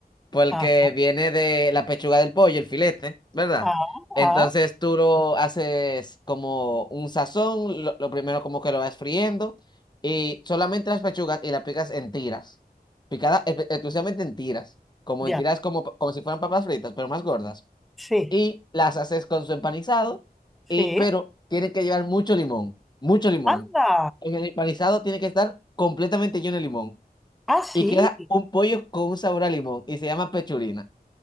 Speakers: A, on the left; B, in the centre.
A: Porque
B: Ah,
A: viene de la pechuga del pollo, el filete, ¿verdad?
B: ah,
A: Entonces
B: ah,
A: tú lo haces como un sazón, lo, lo primero como que lo vas friendo y solamente las pechugas y las picas en tiras, picadas espe- exclusivamente en tiras, como
B: ya.
A: en tiras como, como si fueran papas fritas, pero más gordas.
B: Sí,
A: Y las haces con su empanizado,
B: sí.
A: y, pero tienen que llevar mucho limón, mucho limón.
B: Anda.
A: En el empanizado tiene que estar completamente lleno de limón
B: Ah, sí,
A: y queda un pollo con un sabor a limón y se llama pechurina.